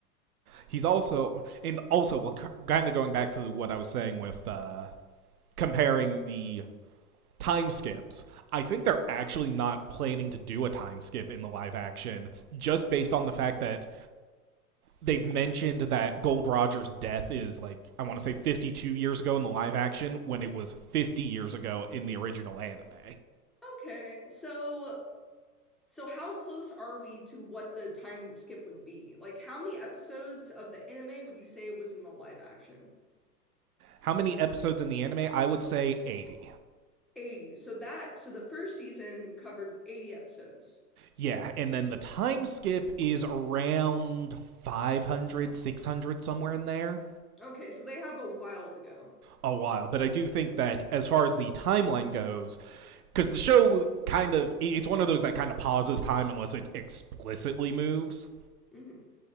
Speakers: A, on the right (about 65°); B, in the centre.
A: He's also and also kind of going back to what I was saying with uh, comparing the time skips. I think they're actually not planning to do a time skip in the live action just based on the fact that they've mentioned that Gold Roger's death is like I want to say 52 years ago in the live action when it was 50 years ago in the original anime.
B: Okay, so so how close are we to what the time skip would be? Like how many episodes of the anime would you say was in the live action?
A: How many episodes in the anime? I would say 80.
B: 80. So that so the first season covered 80 episodes.
A: Yeah, and then the time skip is around 500, 600, somewhere in there.
B: Okay, so they have a while to go.
A: A while, but I do think that as far as the timeline goes, because the show kind of it's one of those that kind of pauses time unless it explicitly moves
B: hmm